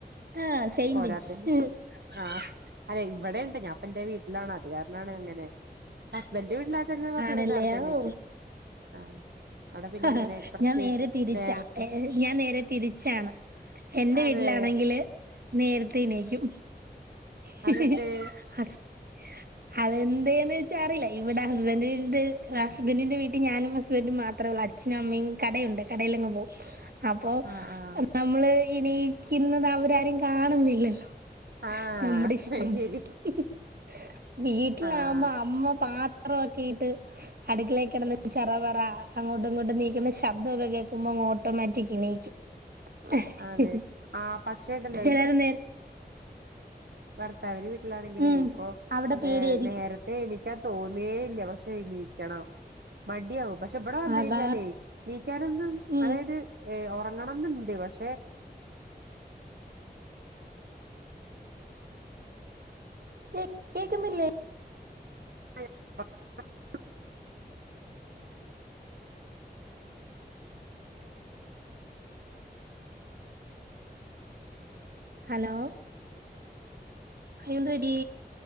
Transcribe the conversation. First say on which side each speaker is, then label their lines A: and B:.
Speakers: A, on the right; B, on the right.
A: ആഹ് സെയിം
B: പോരാത്തേന്
A: പിച്ച്
B: ആഹ് അല്ലെ ഇവിടെണ്ട് ഞാപ്പന്റെ എന്റെവീട്ടിലാണ് അത് കാരണനാണ് അങ്ങനെ. <unintelligible> കൊറച്ചുടെ
A: ആണല്ലേ
B: നേർത്തെ എണീക്കും
A: ഓ
B: ആ അവിടെ പിന്നെ
A: അഹ
B: അങ്ങനെ കുറച്ച്
A: ഞാൻനേരെതിരിച്ചാ
B: നേരത്തെ
A: ഏ ഞാൻനേരെതിരിച്ചാണ് എന്റെവീട്ടിലാണെങ്കില്
B: അതെ
A: നേരത്തെണീയിക്കും. ഹിഹ്ഹ്
B: അതെന്തേ
A: ഹസ് അതെന്തെയ് <unintelligible> ഹസ്ബന്റിന്റെ വീട്ടിൽ ഞാനും ഹസ്ബന്റുംമാത്രം ത്രോള്ളു അച്ഛനുംഅമ്മയും കടയുണ്ട് കടയിലങ്ങ്പോകും അപ്പോനമ്മള്
B: ആഹ് ആഹ്
A: ണീയിക്കുന്നത് അവരാരുംകാണുന്നില്ലല്ലോ.
B: ആഹ്
A: നമ്മുടെ ഇഷ്ടം
B: അത് ശരി
A: ഹ്ഹ് വീട്ടിലാവുമോബൊ
B: ആഹ്
A: അമ്മ പ റോകീട്ട് അടുക്കളേക്കടന്ന് ചറ വറ അങ്ങോട്ടുംങ്ങോടട്ടും നീ <unintelligible> ശബ്ദോക്കെ കേക്കുമ്പോ മൊ ഓട്ടോമാറ്റിക്ക്ണീയിക്കും ഹ്ഹ്ഹ്
B: അതെ ആഹ് പക്ഷേ ഇണ്ടല്ലോ
A: ചിലർനേര
B: ഭർത്താവിന് വീട്ടിലാണെങ്കിലേ
A: ഉം
B: ഇപ്പൊ
A: അവിടെ പേടിയായിരിക്കും
B: നേരത്തെ എണീക്കാൻ തോന്നേല്ല പക്ഷെ എണീക്കണം മടിയവും പക്ഷെബവിടെവെന്നയ്ഞാലെയ്
A: അതാ
B: നീക്കാനൊന്നും
A: ഉം
B: അതായത് ഒറങ്ങണംന്ന്ണ്ട് പക്ഷെ
A: കേ കേക്കുന്നില്ലേ?
B: <unintelligible>
A: ഹലോ എന്ത് പറ്റി